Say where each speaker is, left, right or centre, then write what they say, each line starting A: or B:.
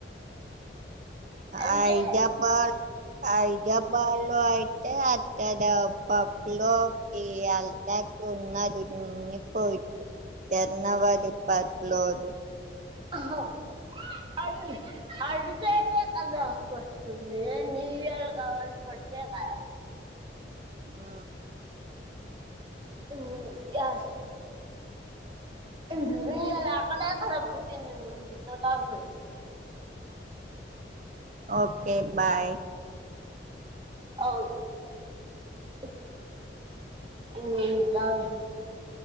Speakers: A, on the right; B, on the right.
A: హైదబాద్
B: అంటే
A: హైదబాద్ లో అయితే అక్కడ పప్పు లోకి ఎల్తకి ఉన్నది న్న పోయి జన్నావరి పది పట్లోదు
B: హ అ అడితేనే కందా పట్ే న్యూ ఇయర్ కాబట్టి ఫస్ట్ కాద్
A: ఆ
B: మ్ ఎస్ <unintelligible>
A: ఓకే బాయ్
B: అవ్